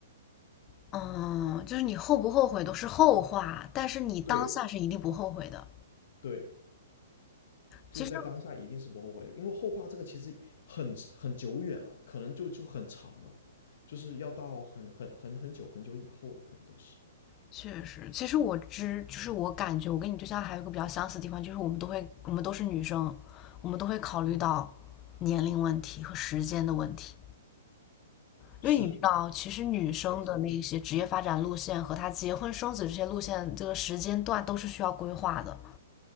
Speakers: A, on the left (about 30°); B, on the left (about 60°).
A: 嗯，就是你后不后悔都是后话，但是你当下是一定不后悔的。
B: 对对，就在当下一定是不后悔，
A: 其实
B: 因为后话这个其实很很久远了，可能就就很长了，就是要到很很很很久很久以后了，可能都是。
A: 确实，其实我知，就是我感觉我跟你对象还有一个比较相似的地方，就是我们都会，我们都是女生，我们都会考虑到年龄问题和时间的问题。因为你知道，
B: 是，
A: 其实女生的那些职业发展路线和她结婚生子这些路线，
B: 没错，
A: 这个时间段都是需要规划的。